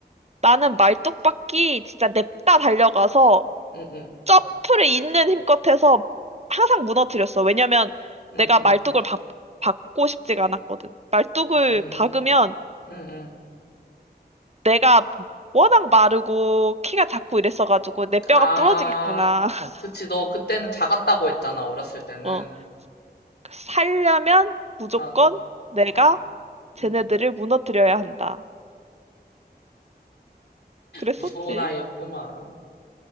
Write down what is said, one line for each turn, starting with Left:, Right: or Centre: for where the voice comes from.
Right: 나는 말뚝박기 진짜 냅다 달려가서
Left: 응, 응,
Right: 점프를 있는 힘껏 해서 항상 무너뜨렸어. 왜냐면
Left: 응,
Right: 내가
Left: 응,
Right: 말뚝을 박, 박고 싶지가 않았거든. 말뚝을
Left: 응,
Right: 박으면
Left: 응, 응.
Right: 내가 워낙 마르고 키가 작고 이랬어가지고 내 뼈가
Left: 아,
Right: 부러지겠구나. <laughs>
Left: 그치. 너 그때는 작았다고 했잖아. 어렸을 때는.
Right: 어, 살려면 무조건
Left: 아,
Right: 내가
Left: 어,
Right: 쟤네들을
Left: 응.
Right: 무너뜨려야 한다. 그랬었지.
Left: 무서운 아이였구만.